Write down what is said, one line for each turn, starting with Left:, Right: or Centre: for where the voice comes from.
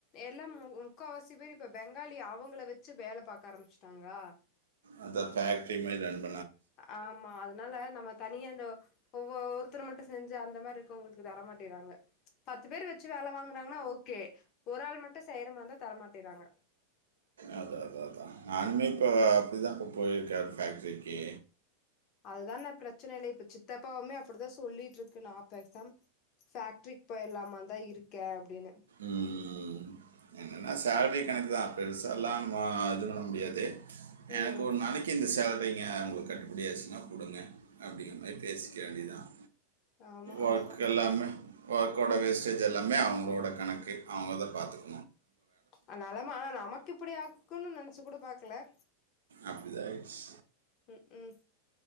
Left: எல்லா மு முக்காவாசி பேரு இப்ப பெங்காலி அவுங்கள வச்சு வேலை பாக்க ஆரம்பிச்சுட்டாங்களா
Right: அந்த பேக்ட்ரி இமேஜ் அனுப்
Left: ஆமா அதனால நம்ம தனியா அந்த ஒ ஒ ஒருத்தரு மட்டும் செஞ்சு அந்த மாரி இருக்கவுங்களுக்கு தர மாட்டிறாங்க பத்து பேரு வச்சு வேலை வாங்றாங்கன்னா ஓக் கே ஒரு ஆள் மட்டும் செய்றமாறிந்தா தரமாட்டிறாங்க
Right: அதான், அதான் அதான் நானுமே இப்போ அப்டிதான் இப்போ போயிருக்கேன் ஃபேக்ட்ரிக்கு
Left: அதுதான்ணே பிரச்சனை இல்லை இப்ப சித்தப்பாவுமே அப்டிதான் சொல்லிட்ருக்கு நான் பேசாம் ஃபேக்ட்ரிக்கு போய்ற்லாமான்தான் இருக்கேன் அப்டின்னு
Right: உம் என்னன்னா சேல்ரி கணக்கு தான் பெருசாலாம் ஆ இது பண்ண முடியாது எனக்கு
Left: ம்
Right: ஒரு நாளைக்கு இந்த செல் வைங்க ஒங்களுக்கு கட்டுப்படியாச்சுன்னா குடுங்க அப்டிங்கிற மாரி பேசிக்க வேண்டியிதான்
Left: ஆமா அவ்ளோதா
Right: ஒர்க் எல்லாமே ஒர்க்கோட
Left: ம்
Right: வேஸ்டேஜ் எல்லாமே ஆகும் ப்ரொடொக்ட் கணக்கு அவுங்கதான் பாத்துக்க
Left: ஆனாலுமா நமக்கு இப்டி ஆக்கும்னு நினைச்சு கூட பாக் ல
Right: அப்டிதான் ஆயிடுச்சு
Left: ம் ம்